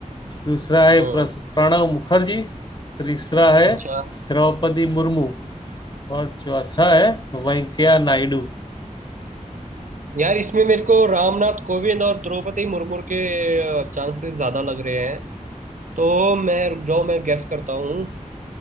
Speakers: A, on the left; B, on the right.
A: दूसरा है
B: हाँ
A: प्रस- प्रणव मुखर्जी तीसरा है
B: अच्छा
A: द्रौपदी मुर्मू और चौथा है वेंकैया नायडू
B: यार इसमें मेरे को रामनाथ कोविंद और द्रौपदी मुर्मू के चांसेस ज्यादा लग रहे हैं तो मैं रुक जाओ मैं गैस करता हूँ